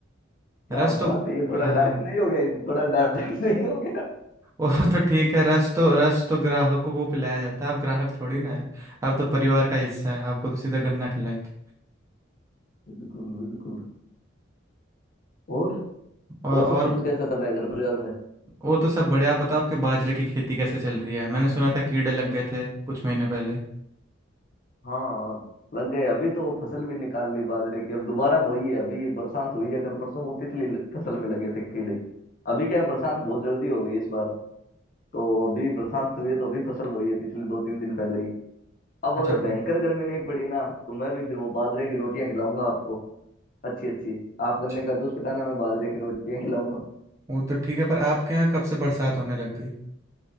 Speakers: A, on the left; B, on the right.
A: क्या
B: रस तो
A: बात है ये थोड़ा
B: हाँ हाँ
A: डार्क नहीं हो गया ये थोड़ा डार्क <laughs> नहीं हो गया
B: <laughs> वो तो ठीक है रस तो रस तो ग्राहकों को पिलाया जाता है आप ग्राहक थोड़ी ना है आप तो परिवार का हिस्सा है आपको तो सीधा गन्ना खिलाएंगे
A: बिल्कुल बिल्कुल और
B: और
A: और
B: और
A: सब कुछ कैसा चला है घर परिवार में
B: वो तो सब बढ़िया आप बताओ आपके बाजरे की खेती कैसे चल रही है मैंने सुना था कीड़े लग गए थे कुछ महीने पहले
A: हाँ लग गए अभी तो फसल भी निकाल ली बाजरे की अब दोबारा बोई है अभी बरसात हुई है कल परसों वो पिछली ल- फसल में लगे थे कीड़े अभी क्या है, बरसात बहुत जल्दी हो गई इस बार तो अभी बरसात हुई है तो अभी फसल बोई है पिछले दो तीन दिन पहले ही अब
B: अच्छा
A: अगर भयंकर गर्मी नहीं पड़ी ना तो मैं भी फिर वो बाजरे की रोटियां खिलाऊंगा आपको अच्छी अच्छी आप गन्ने
B: च-
A: का जूस पिलाना मैं बाजरे की रोटियां खिलाऊंगा
B: वो तो ठीक है पर आपके यहाँ कब से बरसात होने लग गई